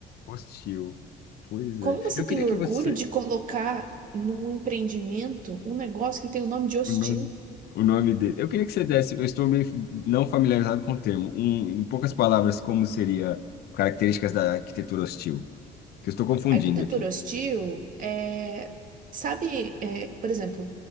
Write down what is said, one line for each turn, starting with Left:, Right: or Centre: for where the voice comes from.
Left: Hostil. Pois
Right: Como
Left: é.
Right: você
Left: Eu
Right: tem
Left: queria
Right: orgulho
Left: que você.
Right: de colocar num empreendimento um negócio que tem o nome de hostil?
Left: O nome, o nome dele. Eu queria que você desse. Eu estou meio não familiarizado com o termo. Um, em poucas palavras, como seria características da arquitetura hostil? Que eu estou confundindo
Right: Arquitetura
Left: aqui.
Right: hostil é. Sabe, é, por exemplo,